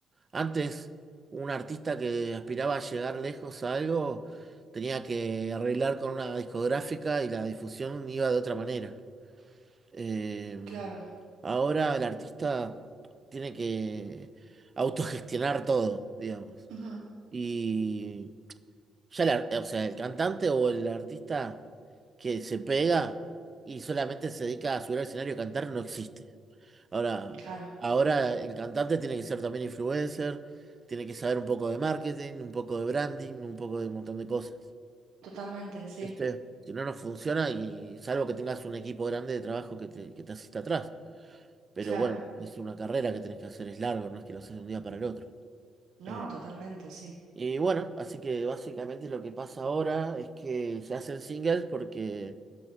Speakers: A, on the right (about 30°); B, on the right (about 80°).
A: antes un artista que aspiraba a llegar lejos a algo tenía que arreglar con una discográfica y la difusión iba de otra manera. Eh,
B: claro,
A: Ahora el artista tiene que autogestionar todo, digamos.
B: ujú,
A: Y ya el, ar- o sea, el cantante o el artista que se pega y solamente se dedica a subir al escenario a cantar no existe. Ahora,
B: claro,
A: ahora el cantante tiene que ser también influencer, tiene que saber un poco de marketing, un poco de branding, un poco de un montón de cosas.
B: totalmente, sí,
A: ¿Viste? Si no, no funciona y salvo que tengas un equipo grande de trabajo que te, que te asista atrás. Pero
B: claro,
A: bueno, es una carrera que tenés que hacer, es largo, no es que lo haces de un día para el otro.
B: no,
A: Eh,
B: totalmente, sí.
A: y bueno, así que básicamente lo que pasa ahora es que se hacen singles porque,